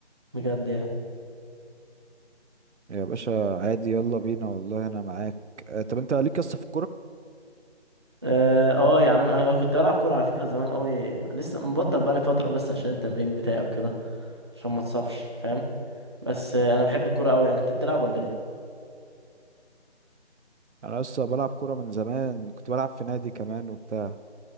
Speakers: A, on the right; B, on the right.
A: بجد يعني
B: يا باشا عادي يلا بينا والله انا معاك آه طب انت ليك يسطا في
A: اه آه يا عم انا كنت بلعب كوره على فكره زمان قوي لسه مبطل بقالي فتره بس عشان التمرين بتاعي وكده عشان ما اتصابش فاهم بس آه انا بحب الكوره قوي يعني انت بتلعب ولا
B: الكوره
A: ايه
B: يعني انا لسه بلعب كوره من زمان كنت بلعب في نادي كمان وبتاع